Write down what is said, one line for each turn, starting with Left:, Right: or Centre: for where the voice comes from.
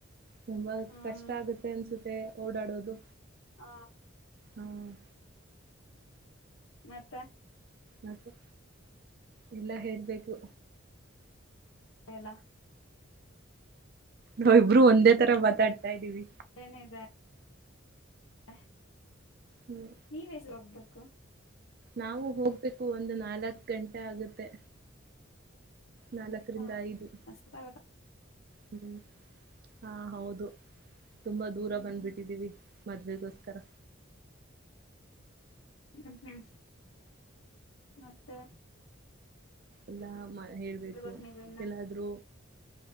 Right: ತುಂಬಾ
Left: ಹ್ಮ್
Right: ಕಷ್ಟ ಆಗುತ್ತೆ ಅನ್ಸುತ್ತೆ ಓಡಾಡೋದು
Left: ಹ
Right: ಹ್ಮ್
Left: ಮತ್ತ
Right: ಮತ್ತೆ ಎಲ್ಲಾ ಹೇಳ್ಬೇಕು
Left: ಕಲ
Right: ನಾಾವ ಇಬರು ಒಂದೇ ತರ ಮಾತಾಡ್ತಾ ಇದ್ದೀವಿ
Left: ಏನದ ಹಾ
Right: ಹ್ಮ್
Left: ನೀವ್ ಹೆಸ ಹೋಗ್ಬು
Right: ನಾವು ಹೋಗ್ಬೇಕು ಒಂದು ನಾಲ್ಕ್ ಗಂಟೆ ಆಗುತ್ತೆ ನಾಲ್ಕರಿಂದ
Left: ಆಯತಾ
Right: ಐದು
Left: ಅಷ್ಟ ಆಗತ್ತ
Right: ಹ್ಮ್ ಹಾ ಹೌದು. ತುಂಬಾ ದೂರ
Left: ಹ್ಮ್
Right: ಬಂದ್ಬಿಟ್ಟಿದ್ದೀವಿ. ಮದ್ವೆಗೋಸ್ಕರ
Left: ಹ ಹ್ಮ ಮತ್ತೆ
Right: ಎಲ್ಲ ಮಾಡ ಹೇಳ್ಬೇಕು
Left: ಹೇಳ್ಬೇಕ್ ನೀವ ಇನ್ನ
Right: ಎಲ್ಲಾದ್ರೂ